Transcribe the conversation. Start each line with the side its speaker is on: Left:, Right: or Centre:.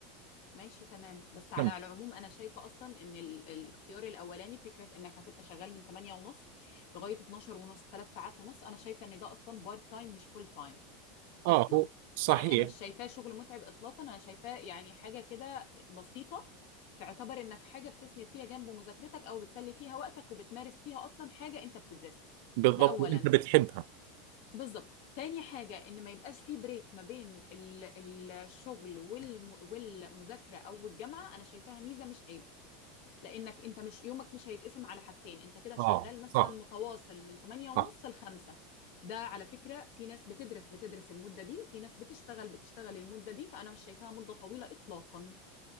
Left: ماشي تمام بس على
Right: تمام.
Left: العموم انا شايفه اصلا ان ال- الاختيار الاولاني فكره انك هتبقى شغال من 8 ونص لغايه 12 ونص 3 ساعات ونص انا شايفه ان ده اصلا بارت تايم مش فول تايم
Right: اه
Left: اصلا
Right: هو صحيح
Left: يعني انا مش شايفاه شغل متعب اطلاقا انا شايفاه يعني حاجه كده بسيطه تعتبر انك حاجه بتسند فيها جنب مذاكرتك او بتسلي فيها وقتك وبتمارس فيها اصلا حاجه انت بتدرسها
Right: بالضبط
Left: ده اولا
Right: وانت بتحبها
Left: بالظبط تاني حاجه ان ما يبقاش في بريك ما بين ال- الشغل والم- والمذاكره او الجامعه انا شايفاها ميزه مش عيب لانك انت مش يومك مش هيتقسم على حاجتين انت كده شغال
Right: اه
Left: مثلا
Right: صح
Left: متواصل من 8 ونص
Right: صح
Left: ل 5 ده على فكرة في ناس بتدرس بتدرس المدة دي وفي ناس بتشتغل بتشتغل المدة دي فانا مش شايفاها مدة طويلة اطلاقا